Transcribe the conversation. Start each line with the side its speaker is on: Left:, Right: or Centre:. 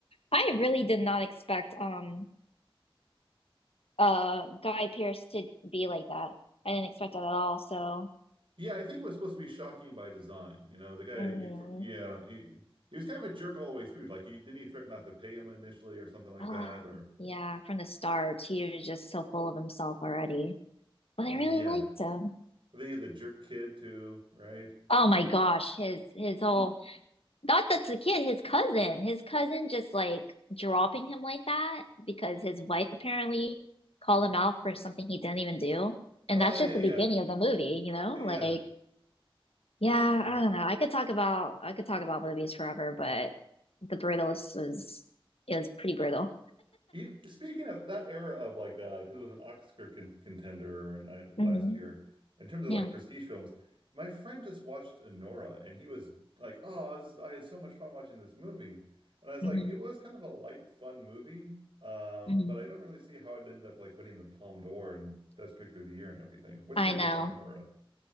Left: I really did not expect um uh Guy Pearce to be like that. I didn't expect that at all. So,
Right: Yeah, I think it was supposed to be shocking by design. You know, the guy,
Left: mm,
Right: you, yeah, he, he was kind of a jerk all the way through. Like, he didn't he threaten not to pay him initially or something like
Left: ah,
Right: that? Or,
Left: yeah, from the start, he was just so full of himself already. But
Right: yeah.
Left: I really liked him.
Right: They had the jerk kid too, right?
Left: Oh my gosh, his his whole
Right: <laughs>
Left: Not that's the kid, his cousin. His cousin just like dropping him like that because his wife apparently called him out for something he didn't even do. And
Right: Oh,
Left: that's
Right: yeah,
Left: just the
Right: yeah,
Left: beginning of the movie, you know?
Right: yeah,
Left: Like, yeah,
Right: yeah.
Left: I don't know. I could talk about I could talk about movies forever, but the brutalist was is pretty brutal.
Right: You, speaking of that era of like, uh, because it was an Oscar con contender and I,
Left: hmm
Right: last year, in terms of
Left: Yeah.
Right: like prestige films, my friend just watched Anora and he was like, "Oh, this is- I had so much fun watching this movie," and I was
Left: hmm
Right: like, "It was kind of a light, fun movie, um,
Left: hmm
Right: but I don't really see how it ended up like winning the Palme d'Or and Best Picture of the Year and everything." What's
Left: I
Right: your
Left: know.
Right: take on Anora?